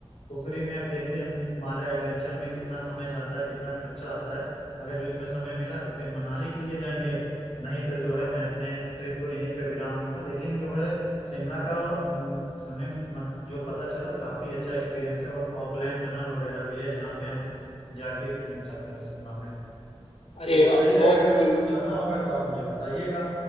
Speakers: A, on the left (about 80°); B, on the left (about 75°).
A: कुफरी में अब देखते हैं हम हमारा एडवेंचर में कितना समय जाता है कितना खर्चा आता है अगर जो उसमें समय मिला तो फिर मनाली के लिए जाएंगे नहीं तो जो है मैं अपने ट्रिप को यहीं पे विराम दूंगा लेकिन जो है शिमला का उम, सुनने मन- जो पता चला काफी अच्छा एक्सपीरियंस है और ऑकलैंड टनल वगैरह भी है जहाँ पे हम जाके घूम सकते हैं शिमला में
B: अरे
A: तो सही
B: अब बहुत
A: रहेगा अगर
B: ही
A: जो आपको चलना होगा तो आप मुझे बताइएगा